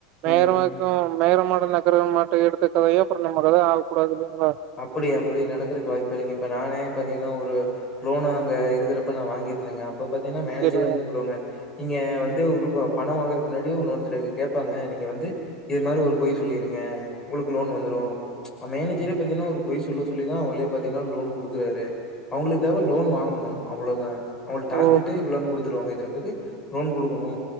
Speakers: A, on the right; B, on the left.
A: மேயர
B: ம்.
A: வரைக்கு மேயர மாட்ட நக்கர மாட்ட எடுத்த கதையா அப்றோ நம்ம கத ஆகக்கூடாது இல்லிங்களா
B: அப்டி அப்டி நடக்கதுக்கு வாய்ப்பே இல்லிங்க இப்ப நானே பாத்தீங்கன்னா ஒரு லோனு அங்க இருக்கிறப்ப நா வாங்கியிருந்தேங்க அப்ப பாத்தீங்கன்னா மேனேஜரே
A: சரிங்க.
B: வந்து சொல்லுவாங்க நீங்க வந்து உங்களுக்கு பணம் வாங்குறதுக்கு முன்னாடி ஒன்னொருத்தருக்கு கேப்பாங்க நீங்க வந்து இது மாரி ஒரு பொய் சொல்லிருங்க உங்களுக்கு லோன் வந்துரு மேனேஜரே பாத்தீன்னா ஒரு பொய் சொல்லிதா அவங்களே பாத்தீங்கன்னா லோன் குடுக்கறாரு அவங்களுக்கு தேவ லோன் வாங்கணு அவ்ளோதா அவங்களுக்கு டார்கெட்டே
A: ஓ!
B: இவ்ளோனு குடுத்துடுவாங்க இத்தன பேர் லோன் குடுக்கணு